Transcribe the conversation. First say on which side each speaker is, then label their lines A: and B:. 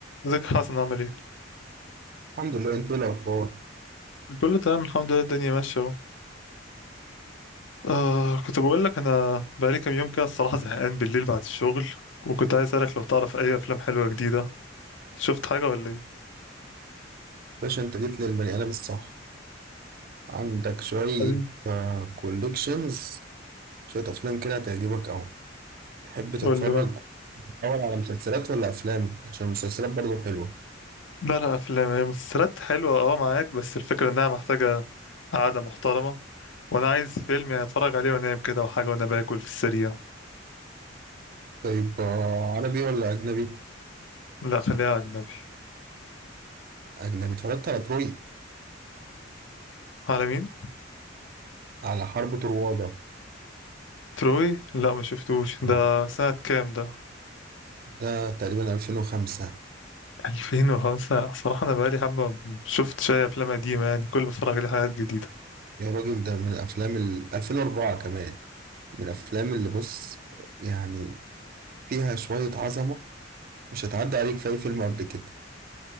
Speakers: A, on the left (about 70°); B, on the right (about 50°).
A: ازيك يا حسن عامل ايه؟
B: الحمد لله انت ايه الاخبار
A: كله تمام الحمد لله الدنيا ماشية اهو آه كنت بقول لك انا بقالي كام يوم كده الصراحة زهقان بالليل بعد الشغل وكنت عايز اسألك لو تعرف اي افلام حلوة جديدة شفت حاجة ولا ايه؟
B: باشا انت جيت للبني ادم الصح عندك شويه
A: حبيبي
B: كوليكشنز شويه افلام كده هتعجبك قوي تحب تتفرج
A: قول لي بقى
B: اول على مسلسلات ولا افلام عشان المسلسلات برضو حلوه
A: لا لا افلام هي مسلسلات حلوة اه معاك بس الفكرة انها محتاجة قعدة محترمة وانا عايز فيلم يعني اتفرج عليه وانام كده وحاجة وانا باكل في السريع
B: طيب آه، عربي ولا اجنبي
A: لا خليها اجنبي
B: اجنبي اتفرجت على تروي
A: على مين؟
B: على حرب طروادة
A: تروي؟ لا ما شفتوش ده
B: آه.
A: سنة كام ده؟
B: ده تقريبا 2005
A: 2000 وخمسة صراحة أنا بقالي حبة ما شفت شوية أفلام قديمة يعني كل ما بتفرج عليه حاجات جديدة
B: يا راجل ده من افلام ال 2004 كمان من الافلام اللي بص يعني فيها شويه عظمه مش هتعدي عليك في اي فيلم قبل كده